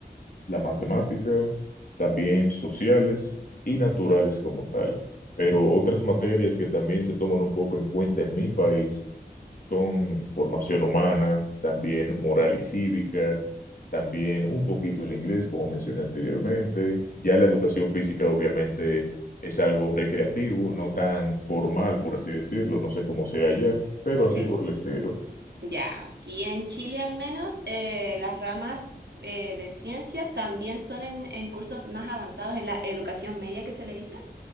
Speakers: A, on the left; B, on the right.
A: la matemática, también sociales y naturales como tal. Pero otras materias que también se toman un poco en cuenta en mi país son formación humana, también moral y cívica, también un poquito el inglés, como mencioné anteriormente. Ya la educación física obviamente es algo recreativo, no tan formal, por así decirlo, no sé cómo sea allá, pero
B: Ok.
A: así por el estilo.
B: Ya, aquí en Chile al menos eh, las ramas eh, de ciencias también son en, en cursos más avanzados en la educación media que se le dice.